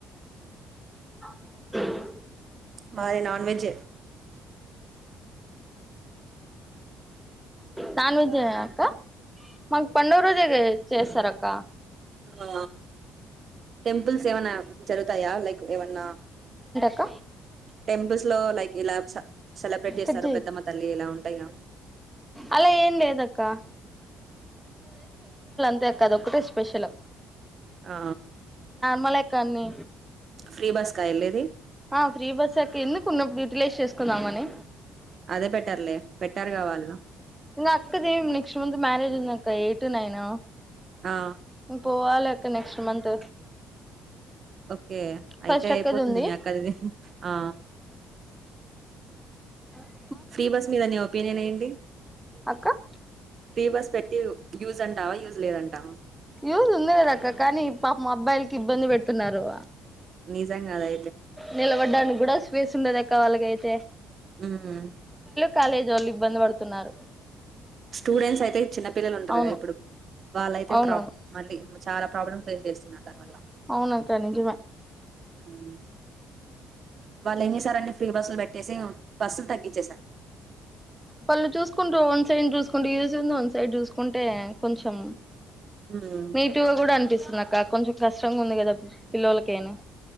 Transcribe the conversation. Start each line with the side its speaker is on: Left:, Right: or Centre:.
Centre: <inaudible>
Right: మారే నన్ వెెజ
Centre: నాన్ వెజ్ అక్క మాకు పండుగ రోజ చేస్తార అక్క
Right: ఆ టెంపుల్స్ ఏమైనా జరుగుతాయా లైక్ ఏమన్నా
Centre: అక్క
Right: టెంపుల్స్ లో లైక్ ఇలా సెలబ్రేట్ చేస్తారు
Centre: కట్ చెయ్
Right: పెద్దమ్మ తల్లి ఇలా ఉంటాయా
Centre: అలా ఏం లేదక్క అదేద ఒకటే స్పెషల్
Right: ఆ
Centre: మల కాన్ని
Right: ఫ్రీ బస్కా వెళ్ళది
Centre: ఆ ఫ్రీ బస్ అక ఎందుకు ఉన్నప్పుడు యూటిలైజ్ చేసుకుందాంమని
Right: అదే బెటర్లే పెట్టారు కావాలు
Centre: ఇం అక్కది ఏమి నెక్స్ట్ మంత్ మ్యారేజ్ ఉంది అక్క ఎయిట్ టు నైన్
Right: ఆ
Centre: పోవాల నెక్స్ట్ మంత్
Right: ఓకే
Centre: ఫస్ట్
Right: అయితే
Centre: అక్కది
Right: అయిపోతుంది
Centre: ఉంది
Right: మీ అక్కదివి ఆ
Centre: అ
Right: ఫ్రీ బస్ మీద అనే ఒపీనియన్ ఏంటి
Centre: అక్క
Right: ఫ్రీ బస్ పెట్టి యూజ్ అంటావా యూజ్ లేదంటావా
Centre: యూజు ఉందిదక్క కానీ పా అబ్బాయిలకి ఇబ్బంది పెడుతున్నారు
Right: నిజాంగా అదయి
Centre: నెలగడ్డను కూడా వేసి ఉండద కా అలాగ అైతే
Right: హమ్
Centre: కాలేజీ వాళ్ళు ఇబ్బంది పడుతున్నారు
Right: స్టూడెంట్స్ అయితే చిన్న పిల్లలు ఉంటారు
Centre: అవును
Right: కదా ఇప్పుడు వాళ్ళయితే
Centre: అవునవును
Right: ప్రాబ్ మళ్ళీ చాలా ప్రాబ్లమ్ ఫేస్ చెస్తున్నారు దాని వల్ల
Centre: అవునాక్క నిజమే
Right: హు వాళ్ళు ఏం చేసారండి ఫ్రీ బస్లు పెట్టేసి బస్సులు తగ్గించ్చేసరు
Centre: వాళ్ళు చూసుకుంటూ వన్ సైడ్ చూసుకుంటు యూస్ ఉంది వన్ సైడ్ చూసుకుంటే కొంచెం
Right: హ్మ్
Centre: నెగిటివ్ గా కూడా అనిపిస్తుందక్క కొంచెం కష్టంగా ఉంది కదా పిళ్ళోల్లకేని